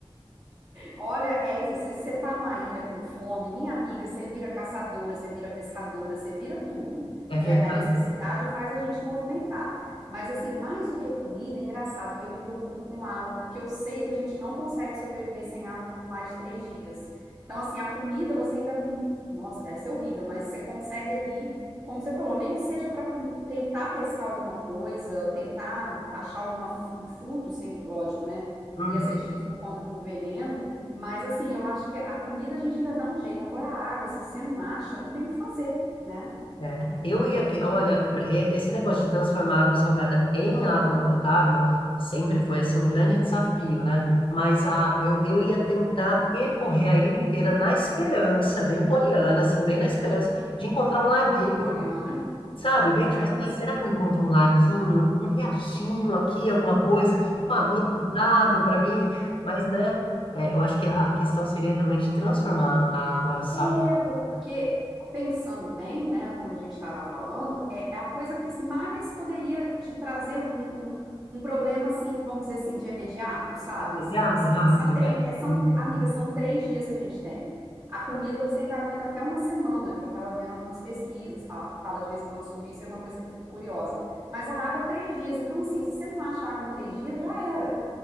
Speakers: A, on the right; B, on the left.
A: Olha, é isso. Você tá numa ilha com fome, minha amiga, você vira caçadora, você vira pescadora, você vira tudo.
B: É
A: que
B: verdade.
A: a a necessidade faz a gente movimentar. Mas, assim, mais do que comida, engraçado, eu me preocupo com água, porque eu sei que a gente não consegue sobreviver sem água por mais de três dias. Então, assim, a comida você ainda. com- Nossa, deve ser horrível, mas você consegue ali, como você falou, nem que seja para tentar pescar alguma coisa, tentar achar alguma, fru- um fruto, sem, lógico, né?
B: Uhum.
A: Ia ser difícil por conta do veneno. Mas assim, eu acho que a comida a gente ainda dá um jeito. Agora a água, se você não acha, não tem o que fazer, né?
B: É, eu ia que, olha, por- e- esse negócio de transformar água salgada em água potável sempre foi assim um grande desafio, né? Mas a, eu, eu ia tentar percorrer a ilha inteira na esperança, bem poliana, assim, bem na esperança de encontrar um laguinho,
A: Bem poliana. <laughs>
B: sabe? Bem tipo
A: É
B: assim,
A: isso.
B: "Ai, será que eu encontro um laguinho, um riachinho aqui, alguma coisa, uma aguinha potável para mim? Mas, né? é, eu acho que a questão seria realmente transformar a água salgada
A: É, porque pensando bem, né, como a gente estava falando, é, é a coisa que mais poderia te trazer um, um, um um problema, assim, vamos dizer assim, de imediato, sabe? Assim,
B: em água
A: de você passar
B: rápido,
A: três.
B: né?
A: É, são,
B: Uhum.
A: amiga, são três dias que a gente tem. A comida você ainda aguenta até uma semana, que eu estava vendo algumas pesquisas fala- que fala de vez em quando sobre isso, é uma coisa que eu fico curiosa. Mas a água, três dias. Então, assim, se você não acha água em três dias, já era.